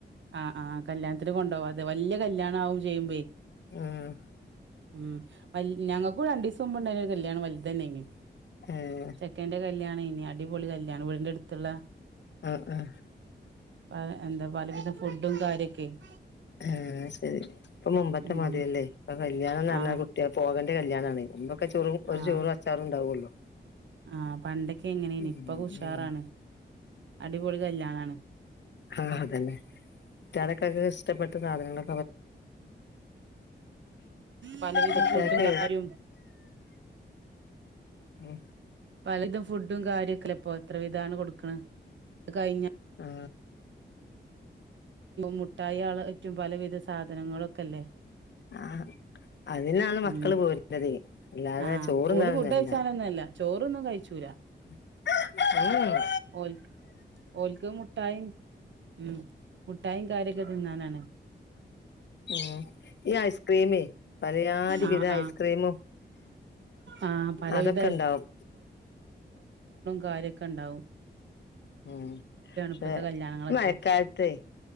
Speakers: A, on the right (about 85°); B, on the left (about 70°).
A: ആ ആ കല്യാണത്തിന് കൊണ്ടോവാതെ വല്യ കല്യാണാവും <unintelligible>
B: ഉം
A: ഉം വൽ ഞങ്ങക്കും രണ്ടീസ <unintelligible> കല്യാണം വല്തെന്നെ ന്
B: ആഹ്
A: ചെക്കേന്റെ കല്യാണേ നി അട് അടിപൊളി കല്യാണം വീടിന്റെ അടുത്ത്ള്ളെ
B: ആഹ് ആഹ്
A: പ എന്ത പലവിത <unintelligible>
B: ആ ശരി ഇപ്പൊ മുമ്പത്തെ
A: ഉം
B: മാതിരി യല്ലേ ഇപ്പൊ കല്യാണംന്ന് പറഞ്ഞാൽ
A: ആഹ്
B: കുട്ട്യാക്ക് പോക <unintelligible> കല്യാണാണെ ക്കെ ചോറും ഒരു
A: ആഹ്
B: ചോറും അച്ചാറുംണ്ടാവല്ലോ
A: ആഹ് പണ്ടൊക്കെ എങ്ങനേനി
B: <unintelligible>
A: ഇപ്പൊക്കെ ഉഷാറാണ് അടിപൊളി കല്യാണാണ്
B: ആ അതെന്നെ <unintelligible> ഇഷ്ടപ്പെട്ട സാധനങ്ങളാ
A: പലവിധം
B: കുട്ടികൾക്കെ
A: ഫുഡും കാര്യവും
B: ഉം
A: പലതും ഫുഡും കാര്യൊക്കല്ലെ പ്പൊ എത്ര വിധ കൊടുക്കണ് കഴിഞ്ഞ
B: ആ
A: മുട്ടായ്യാളായിറ്റും പലവിധ സാധനങ്ങളൊക്കെല്ലേ
B: ആ അതിനാണ് മക്കള്
A: ഉം
B: പോര്ണത് അല്ലാതെ
A: ആഹ്
B: ചോറ്ന്നാനൊന്നല്ല
A: ഓല് ഫുഡ് കഴിച്ചാനൊന്നുല്ല ചോറൊന്നും കഴിച്ചൂലാ
B: ഉം
A: ഓൽക്ക് ഓൽക്ക് മുട്ടായിം മ് മുട്ടായിം കാര്യൊക്കെ തിന്നാനാണ്
B: ഉം ഈ ഐസ്ക്രീമെ പലയാധി
A: ആഹ്
B: വിധ
A: ആഹ്
B: ഐസ്ക്രീമും
A: ആഹ് പലവിധ
B: അതൊക്കെണ്ടാവും
A: കാര്യക്കെണ്ടാവും
B: ഉം
A: ഇപ്പത്തെ
B: ദേ
A: കല്യാണങ്ങളൊക്കെ
B: ഈമഴക്കാലത്തെ